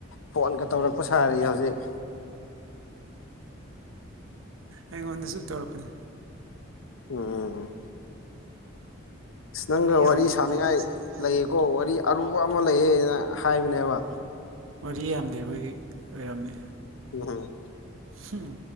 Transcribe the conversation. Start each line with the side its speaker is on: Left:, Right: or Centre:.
Left: ꯐꯣꯟꯒ ꯇꯧꯔꯛꯄ ꯁꯥꯔꯤꯌꯦ ꯍꯧꯖꯤꯛ
Right: ꯑꯩꯉꯣꯟꯗꯁꯨ ꯇꯧꯔꯛꯄꯅꯦ
Left: ꯎꯝ ꯑꯁ ꯅꯪꯒ
Right: ꯌꯥꯝ
Left: ꯋꯥꯔꯤ
Right: ꯂꯩꯕ
Left: ꯁꯥꯅꯤꯡꯉꯥꯏ
Right: ꯃꯥꯜꯂꯦ
Left: ꯂꯩꯌꯦꯀꯣ ꯋꯥꯔꯤ ꯑꯔꯨꯕ ꯑꯃ ꯂꯩꯌꯦꯅ ꯍꯥꯏꯕꯅꯦꯕ
Right: ꯋꯥꯔꯤ ꯌꯥꯝ ꯂꯩꯕꯒꯤ ꯌꯥꯝꯅꯤ
Left: ꯎ
Right: ꯍꯝ